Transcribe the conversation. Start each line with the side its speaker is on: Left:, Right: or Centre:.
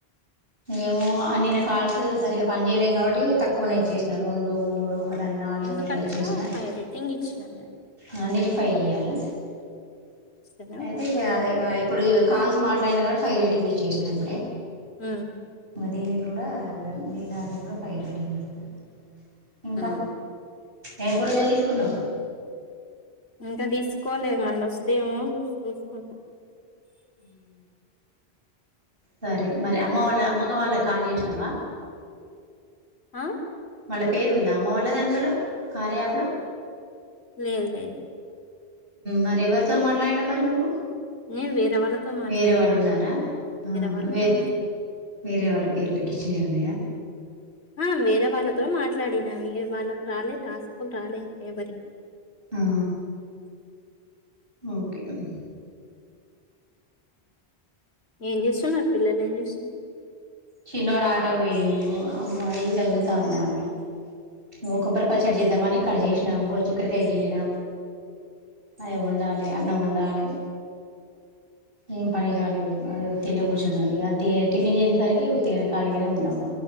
Right: ఏమో నిన్న కాల్స్ సరిగ్గా పని చేయలేదు కాబట్టి తక్కువనచ్చ చేసిన రెండు మూడు ఒకదాన్ని నాలుగు
Left: ఎందుకు
Right: అట్ల
Left: అట్లా
Right: ఇచేసిన
Left: ఫైవ్ రేటింగ్ ఇచ్చిన నేను
Right: ఆ నర ఫై ఇయాలా
Left: ఇస్తూనే ఉన్నా
Right: అయితే
Left: ఫైవ్
Right: ఇప్పుడు కాల్తో మాట్లాడిన కా ఫైవర్ రేటింగ్ ఇచ్చేసినప్పుడే
Left: ఉమ్
Right: మదనే కూడా నేను అది కూడా ఫై రేటింగ్ ఇస్తాను ఇంకా
Left: ఉమ్
Right: ఏం కూరగాయలు ఇసుకున్నా
Left: ఇంకా తీసుకోవాలి మళ్ళ వస్తేమో చూసుకున్నాం
Right: సరే మరి అమ్మ వాళ్ళ అమ్మగా వాళ్ళ కాల్ చేసినావా
Left: ఆ
Right: వాళ్ళ పేరు ఉందా అమ్మ వాళ్ళ అందులో కార్యా యాప్ లో
Left: లేదు లేదు
Right: మరి ఎవరితో మాట్లాడినా మరి నువ్వు
Left: నేను వేరే వాళ్ళతో మాట్లాడినా
Right: వేరే వాళ్ళు ఉన్నారా
Left: వాళ్ళతో
Right: వేరే
Left: మాట్లాడుతున్నా
Right: వేరే వాళ్ళ పేర్లకిచ్చినవి ఉన్నాయా
Left: ఆ వేరే వాళ్ళతో మాట్లాడినవి వాళ్ళకు రాలే టాస్కులు రాలే ఇంకెవరి
Right: ఆా ఓకేంటా
Left: ఏం జేస్తున్నారు పిల్లలు ఏం జేస్తున్నారు మ్
Right: చిన్నోడు ఆటకు పోయిండు అమ్మాయి చదువుతా ఉంది ఆమె ఇగో కొబ్బరి పచ్చడి జెద ద్దామని కట్ చేసినా గోరచిక్కుడికాయ గిళ్ళిన అయి వం వండాలి అన్నం వండాలి ఏం పని గాలేదు అదే ఉత్తినే కూర్చున్నా ఇగ టిఫిన్ చేసేసరికి ఉత్తిగనే ఖాళీగానే ఉన్నాము